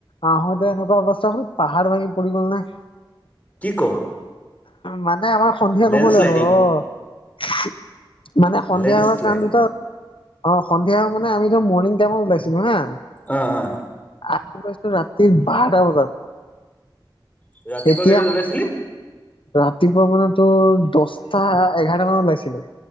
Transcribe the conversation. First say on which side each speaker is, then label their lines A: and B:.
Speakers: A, on the left; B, on the left.
A: আহোঁতে এনেকুৱা অৱস্থা হল পাহাৰ ভাঙি পৰি গল নাই।
B: কি ক
A: মানে আমাৰ সন্ধিয়া
B: লেণ্ডশ্লাইডিং
A: নহলে হয়। মানে সন্ধিয়া
B: লেণ্ডশ্লাইডিং
A: হোৱাৰ কাৰণ দুটা অ' সন্ধিয়া মানে আমি ধৰ মৰ্ণিং টাইমত ওলাইছিলোঁ হা
B: অ অ
A: আহ ৰাতি বাৰটা বজাত
B: ৰাতিপুৱা
A: এতিয়া
B: কেইটাত
A: মানে
B: ওলাইছিলি
A: ৰাতিপুৱা মানে তোৰ দছটা এঘাৰটা মানত ওলাইছিলে।